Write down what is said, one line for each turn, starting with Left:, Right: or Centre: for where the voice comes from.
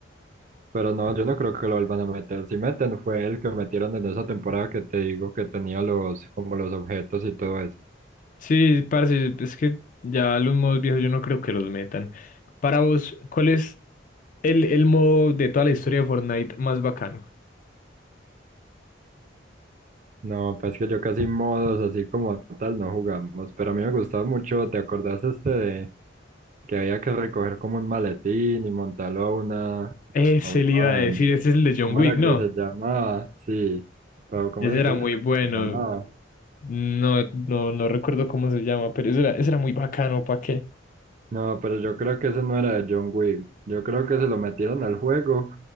Right: Pero no, yo no creo que lo vuelvan a meter. Si meten, fue el que metieron en esa temporada que te digo que tenía los, como los objetos y todo eso.
Left: Sí, parce, es que ya los modos viejos yo no creo que los metan. Para vos, ¿cuál es el, el modo de toda la historia de Fortnite más bacano?
Right: No, pues que yo casi modos así como tal no jugamos, pero a mí me gustaba mucho, ¿te acordás este de que había que recoger como un maletín y montarlo a una,
Left: Ese
Right: a una
Left: le iba
Right: van?
Left: a decir, ese es el de John
Right: ¿Cómo
Left: Wick,
Right: era
Left: ¿no?
Right: que se llamaba? Sí, pero ¿cómo
Left: Ese
Right: era
Left: era
Right: que se
Left: muy bueno.
Right: se llamaba?
Left: No, no, no recuerdo cómo se llama, pero eso era, eso era muy bacano, ¿para qué?
Right: No, pero yo creo que ese no era de John Wick, yo creo que se lo metieron al juego